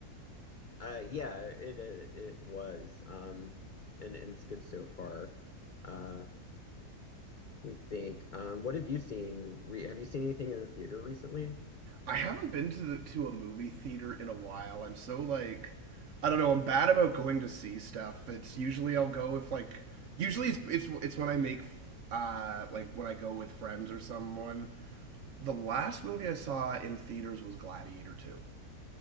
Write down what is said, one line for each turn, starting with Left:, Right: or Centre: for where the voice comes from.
Left: Uh, yeah, it it, it was. Um, and, and it's good so far. Uh, let me think. Um, what have you seen? Re have you seen anything in the theater recently?
Right: I haven't been to the, to a movie theater in a while. I'm so like I don't know. I'm bad about going to see stuff. It's usually I'll go if like usually it's it's, it's when I make uh, like when I go with friends or someone. The last movie I saw in theaters was Gladiator 2.